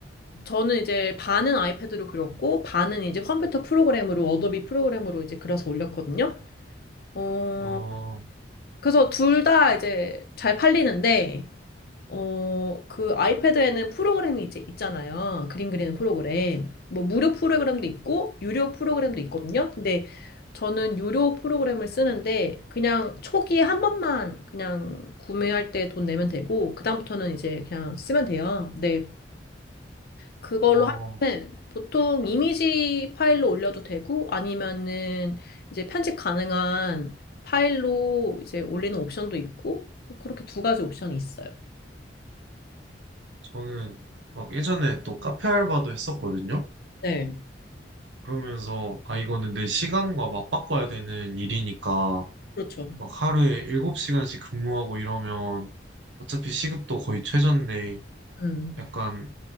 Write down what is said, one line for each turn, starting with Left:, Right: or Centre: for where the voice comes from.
Left: 저는 이제 반은 아이패드로 그렸고, 반은 이제 컴퓨터 프로그램으로, 어도비 프로그램으로 이제 그려서 올렸거든요. 어,
Right: 어,
Left: 그래서 둘 다 이제 잘 팔리는데, 어, 그 아이패드에는 프로그램이 이제 있잖아요. 그림 그리는 프로그램. 뭐 무료 프로그램도 있고 유료 프로그램도 있거든요. 근데 저는 유료 프로그램을 쓰는데 그냥 초기에 한 번만 그냥 구매할 때 돈 내면 되고 그다음부터는 이제 그냥 쓰면 돼요. 네. 그걸로
Right: 어,
Left: 하면 보통 이미지 파일로 올려도 되고 아니면은 이제 편집 가능한 파일로 이제 올리는 옵션도 있고 뭐 그렇게 두 가지 옵션이 있어요.
Right: 저는 막 예전에 또 카페 알바도 했었거든요.
Left: 네.
Right: 그러면서, 아, 이거는 내 시간과 맞바꿔야 되는 일이니까,
Left: 그렇죠.
Right: 막 하루에 7시간씩 근무하고 이러면 어차피 시급도 거의 최저인데
Left: 음.
Right: 약간